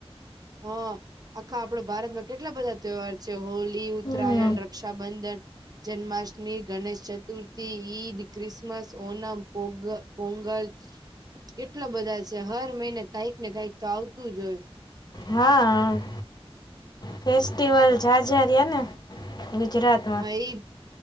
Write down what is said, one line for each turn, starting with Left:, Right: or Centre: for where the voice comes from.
Right: હ આખા આપડા ભારતમાં કેટલા બધા ત્યોહાર છે હોલી ઉત્તરાયણ
Left: હમ
Right: રક્ષાબંધન જન્માષ્ટમી, ગણેશ ચતુર્થી, ઈદ, ક્રિસમસ, ઓનમ, પોગ પોંગલ કેટલા બધા છે હર મહિને કઈક ને કઈક તો આવતું જ હોય.
Left: હા ફેસ્ટિવલ ઝાઝા રિયા ને ગુજરાત
Right: હા ઈ જ